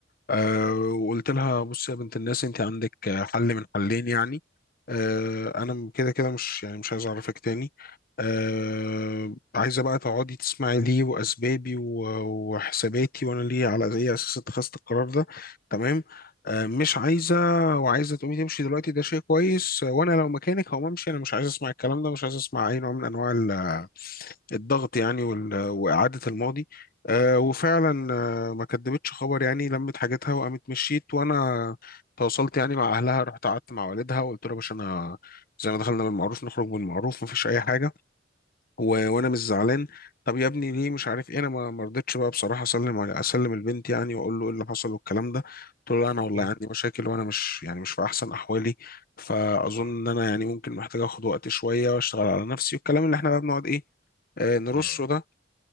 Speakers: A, on the left; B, on the right.
A: أه وقلت لها بصي يا بنت الناس انت عندك آه، حل من حلين يعني أه انا م- كده كده مش يعني مش عايز اعرفك تاني أه عايزه بقى تقعدي تسمعي ليه واسبابي و- وحساباتي وانا ليه على اي اساس اتخذت القرار ده تمام أه مش عايزه وعايزه تقومي تمشي دلوقتي ده شيء كويس آه، وانا لو مكانك هقوم امشي انا مش عايز اسمع الكلام ده مش عايز اسمع اي نوع من انواع ال- الضغط يعني وال- واعاده الماضي أه وفعلا ما كدبتش خبر يعني لمت حاجتها وقامت مشيت وانا تواصلت يعني مع اهلها رحت قعدت مع والدها وقلت له يا باشا انا زي ما دخلنا بالمعروف نخرج بالمعروف مفيش اي حاجه و... وانا مش زعلان طب يا ابني ليه مش عارف ايه انا ما ما رضيتش بقى بصراحه اسلم على اسلم البنت يعني واقول له ايه اللي حصل والكلام ده قلت له لا انا
B: اكيد
A: والله عندي مشاكل وانا مش يعني مش في احسن احوالي فاظن
B: مم.
A: ان انا يعني ممكن محتاج اخد وقت شويه واشتغل على نفسي والكلام اللي احنا بقى بنقعد ايه آه، نرصه
B: مم.
A: ده